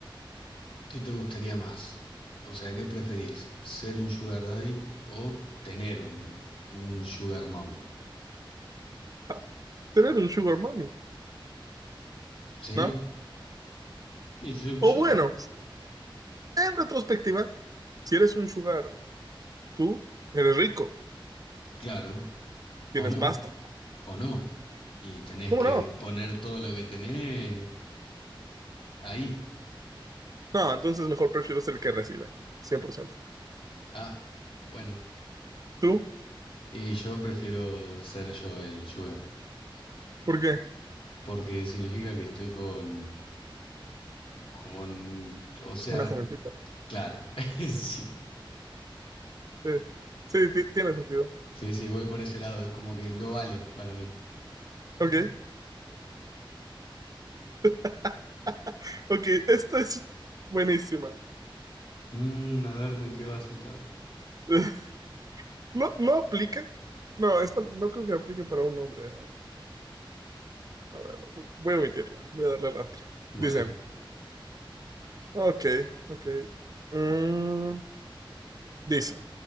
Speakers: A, on the left; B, on the right.
A: ¿qué te gustaría más? O sea, ¿qué preferís? ¿Ser un sugar daddy o tener un, un sugar mommy?
B: Ah, tú eres un sugar mommy,
A: ¿Sí?
B: ¿no?
A: Y yo, yo
B: O bueno,
A: pref-
B: en retrospectiva, si eres un sugar, tú eres rico,
A: claro,
B: tienes
A: o no.
B: pasta.
A: o no. Y tenés
B: ¿Cómo
A: que
B: no?
A: poner todo lo que tenés ahí.
B: No, entonces mejor prefiero ser el que recibe, 100%.
A: Ah, bueno.
B: ¿Tú?
A: Y yo prefiero ser yo el sugar,
B: ¿Por qué?
A: porque significa que estoy con, con, o sea,
B: Una jovencita.
A: claro, <laughs> sí.
B: Sí, sí, ti- tiene sentido.
A: Sí, sí, voy por ese lado, es como que lo vale para mí.
B: Ok, <laughs> ok, esta es buenísima.
A: Mm, a ver con qué va a saltar.
B: <laughs> No, no aplica. No, esta no creo que aplique para un hombre. A ver, a ver, voy a omitirla. Voy a darle a la otra.
A: Bueno,
B: Dice, ok, ok. Mm, dice,